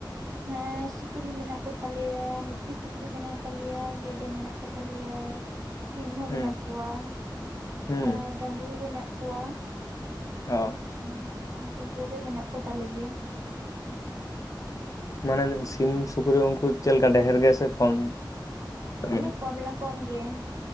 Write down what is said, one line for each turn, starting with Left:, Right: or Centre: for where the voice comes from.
Right: ᱦᱮᱸ ᱥᱩᱠᱨᱤ ᱢᱮᱱᱟᱜ ᱠᱚᱛᱟᱞᱮᱭᱟ ᱢᱤᱫᱴᱤᱡ ᱥᱩᱠᱨᱤ ᱢᱮᱱᱟᱭ ᱛᱟᱞᱮᱭᱟ ᱜᱮᱰᱮ ᱢᱮᱱᱟᱜ ᱠᱚᱛᱟᱞᱮᱭᱟ᱾ ᱥᱤᱢ ᱦᱚᱸ
Left: ᱦᱩᱸ
Right: ᱢᱮᱱᱟᱜ ᱠᱚᱣᱟ
Left: ᱦᱩᱸ
Right: ᱟᱨ ᱰᱟᱝᱨᱤ ᱢᱮᱱᱟᱜ ᱠᱚᱣᱟ᱾
Left: ᱚ
Right: ᱦᱩᱸ, ᱩᱱᱠᱩ ᱠᱚᱜᱮ ᱢᱮᱱᱟᱜ ᱠᱚ ᱛᱟᱞᱮ ᱜᱮᱭᱟ ᱾
Left: ᱢᱟᱱᱮ ᱥᱤᱢ, ᱥᱩᱠᱨᱤ ᱩᱱᱠᱩ ᱪᱮᱫ ᱞᱮᱠᱟ ᱰᱷᱮᱨ ᱜᱮᱭᱟ ᱥᱮ ᱠᱚᱢ?
Right: ᱚᱱᱮ
Left: ᱦᱩᱸ
Right: ᱠᱚᱢᱞᱟ ᱠᱚᱢ ᱜᱮ